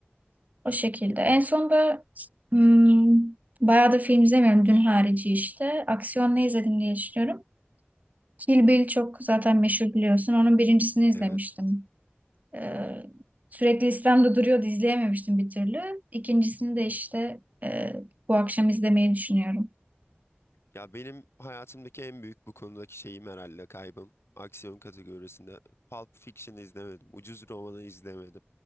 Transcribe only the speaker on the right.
O şekilde. En son da hmm, bayağı da film izlemiyorum. Dün harici işte. Aksiyon ne izledim diye düşünüyorum. Kill Bill çok zaten meşhur biliyorsun. Onun birincisini izlemiştim.
Ee, sürekli listemde duruyordu, izleyememiştim bir türlü. İkincisini de işte e, bu akşam izlemeyi düşünüyorum.